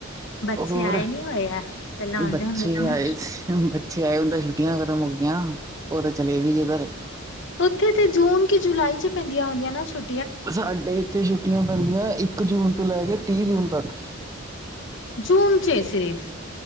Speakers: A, on the left; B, on the right.
A: ਬੱਚੇ
B: ਹੋਰ
A: ਆਏ ਨੀ ਹੋਏ ਆ ਪਹਿਲਾਂ ਆਉਂਦੇ
B: ਬੱਚੇ
A: ਹੁੰਦੇ ਸੀ ਨਾ
B: ਆਏ ਸੀ। ਬੱਚੇ ਆਏ ਹੁੰਦੇ ਛੁਟੀਆਂ ਖਤਮ ਹੋ ਗਈਆਂ ਉਹ ਤੇ ਚਲੇ ਵੀ ਗਏ ਘਰੇ
A: ਉੱਥੇ ਤੇ ਜੂਨ ਕਿ ਜੁਲਾਈ ਚ ਪੈਂਦੀਆਂ ਹੁੰਦੀਆਂ ਨਾ ਛੁੱ
B: ਸਾਡੇ ਇੱਥੇ ਛੁੱਟੀਆਂ ਪੈਂਦੀਆਂ ਇੱਕ ਜੂਨ ਤੋਂ ਲੈ ਕੇ ਤੀਹ ਜੂਨ ਤੱਕ
A: ਜੂਣ ਚ ਸਿਰਫ